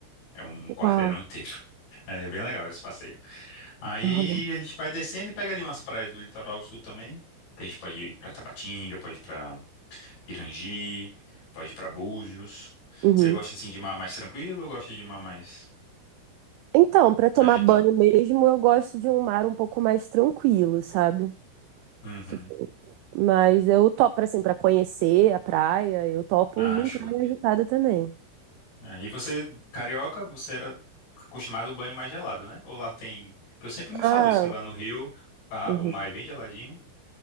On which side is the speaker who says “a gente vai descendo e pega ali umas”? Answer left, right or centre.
Left